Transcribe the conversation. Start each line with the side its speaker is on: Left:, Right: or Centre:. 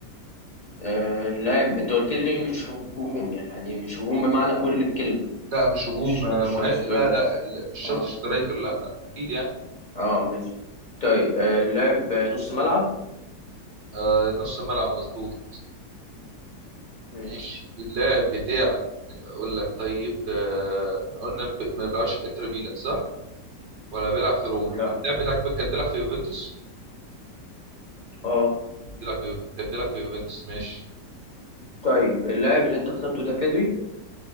Left: آه، اللاعب انت قلت لي مش هجوم يعني مش هجوم بمعنى كل الكلمة
Right: لا مش هجوم
Left: مش
Right: آه،
Left: مش
Right: مه...
Left: شرط
Right: لا,
Left: سترايكر
Right: لا لا مش شرط
Left: اه
Right: سترايكر لا لا أكيد يعني
Left: اه ماشي طيب آه، اللاعب آه، نص ملعب
Right: آه، نص ملعب مظبوط
Left: ماشي
Right: ماشي اللاعب بتاعك أقول لك طيب آه، قلنا ب- ما بيلعبش في إنتر ميلان صح ولا بيلعب في روما
Left: لا
Right: اللاعب بتاعك كان بيلعب في يوفنتوس
Left: اه
Right: بيلعب في يوف- كان بيلعب في يوفنتوس ماشي
Left: طيب اللاعب اللي انت اخترته ده بيدري